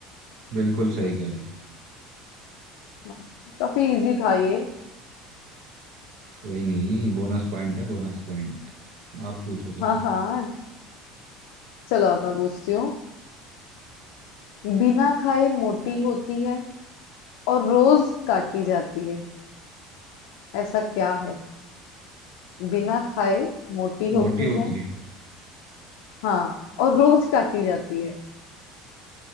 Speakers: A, on the right; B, on the left.
A: बिल्कुल सही कह रहे हो
B: हाँ, काफी इजी था ये
A: कोई नहीं बोनस पॉइंट है बोनस पॉइंट आप पूछो चलो
B: हाँ हाँ चलो अब मैं पूछती हूँ बिना खाए मोटी होती है और रोज काटी जाती है ऐसा क्या है बिना खाए मोटी होती
A: मोटी होती
B: है
A: है
B: हाँ और रोज काटी जाती है